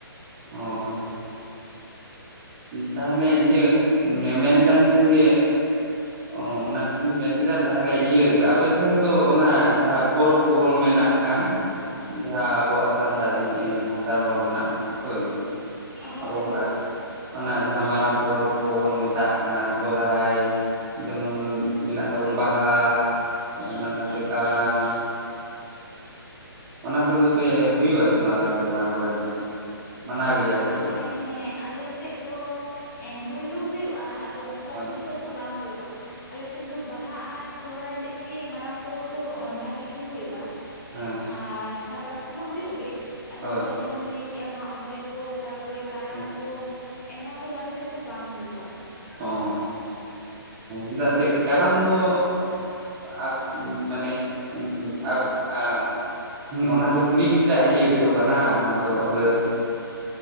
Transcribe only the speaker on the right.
ᱦᱳᱭ᱾ ᱛᱟᱦᱚᱞᱮ ᱤᱭᱟᱹ ᱢᱮ ᱢᱮᱱᱫᱟᱞᱤᱧ ᱡᱮ ᱚ ᱚᱱᱟ ᱫᱚᱞᱤᱧ ᱢᱮᱱ ᱠᱮᱫᱟ ᱛᱟᱦᱚᱞᱮ ᱤᱭᱟᱹ ᱟᱯᱮ ᱥᱮᱱ ᱫᱚ ᱚᱱᱟ ᱡᱟᱦᱟᱸ ᱯᱚᱨᱚᱵᱽ ᱠᱚᱵᱚᱱ ᱢᱮᱱᱟᱜ ᱠᱟᱱ, ᱡᱟᱦᱟᱸ ᱟᱵᱚᱣᱟᱜ ᱥᱟᱱᱛᱟᱲᱤᱧ ᱮ ᱥᱟᱱᱛᱟᱲ ᱦᱚᱲ ᱨᱮᱱᱟᱜ, ᱦᱳᱭ᱾
ᱟᱵᱚ ᱦᱚᱲᱟᱜ,
ᱚᱱᱟ ᱡᱟᱦᱟᱸ ᱢᱟᱨᱟᱝ ᱯᱚᱨᱚᱵᱽ ᱠᱚᱵᱚᱱ ᱢᱮᱛᱟᱜ ᱠᱟᱱᱟ ᱥᱚᱨᱦᱟᱭ᱾ ᱡᱮᱢᱚᱱ ᱢᱮᱱᱟᱜ ᱛᱟᱵᱚᱱ ᱵᱟᱦᱟ ᱚᱱᱟ ᱥᱟᱶᱛᱮ ᱠᱟᱨᱟᱢ᱾ ᱚᱱᱟ ᱠᱚᱫᱚ ᱯᱮ ᱦᱩᱭᱩᱜ-ᱟ ᱥᱮ ᱵᱟᱝ ᱟᱯᱮ ᱚᱱᱟ ᱠᱚᱨᱮ ᱫᱚ? ᱢᱟᱱᱟᱣ ᱜᱮᱭᱟ ᱠᱚ
ᱥᱮ ᱵᱟᱝ
ᱦᱳᱭ
ᱦᱮᱸ
ᱦᱳᱭ
ᱦᱮᱸ
ᱚ ᱪᱮᱫᱟᱜ ᱥᱮ ᱠᱟᱨᱟᱢ ᱫᱚ ᱟᱯ ᱢᱟᱱᱮ ᱟᱯ ᱟ ᱚᱱᱟ ᱫᱚ ᱠᱩᱲᱤ ᱜᱤᱫᱽᱨᱟᱹᱣᱟᱜ ᱤᱭᱟᱹ ᱜᱮᱛᱚ ᱠᱟᱱᱟ ᱚᱱᱟ ᱫᱚ ᱦᱟᱹᱨ